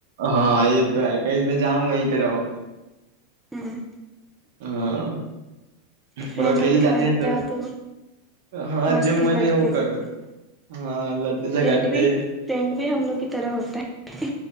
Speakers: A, on the right; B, in the centre.
A: ہاں یہ تو ہے کہئی میں جاؤں وہیں پہ رہو
B: ہ
A: ہاں
B: فرینڈ
A: اور اکیلے
B: لوگ
A: جاتے
B: کےات
A: ہیں
B: جا تو
A: ہاں
B: مستی
A: جو من
B: کرتے
A: ہے وہ کرو
B: کرتے جا
A: ہاں لڑتے جھگڑتے
B: فریڈ بھی فرینڈ بھی ہم لوگ کی طرح ہوتا ہے